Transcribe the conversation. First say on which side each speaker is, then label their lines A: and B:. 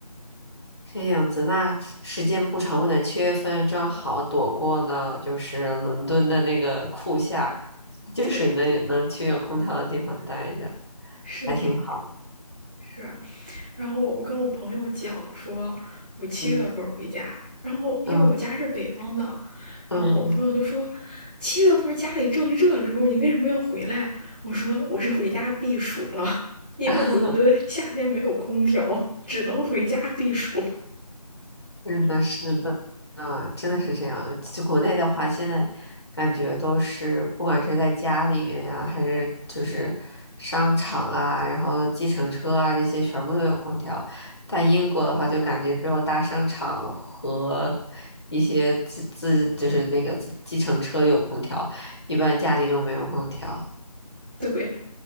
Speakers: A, on the left; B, in the centre.
A: 这样子，那时间不长不短，七月份正好躲过了就是伦敦的那个酷夏，
B: <laughs>
A: 就是能能去有空调的地方待着，
B: 对，是吧？
A: 还挺好。
B: 是。然后我跟我朋友讲说，我七月份回家，
A: 嗯
B: 然后因为我家是北方的，
A: 嗯
B: 然后我朋友都说，
A: 嗯嗯，
B: 七月份家里正热的时候，你为什么要回来？我说我是回家避暑了，因为伦敦夏天没有空调，
A: <laughs>
B: 只能回家避暑。
A: 是的，是的，啊，真的是这样。就国内的话，现在感觉都是，不管是在家里面呀、还是就是商场啊，然后计程车啊，这些全部都有空调。但英国的话，就感觉只有大商场和一些自自就是那个自计程车有空调，一般家里都没有空调。
B: <laughs> 对对，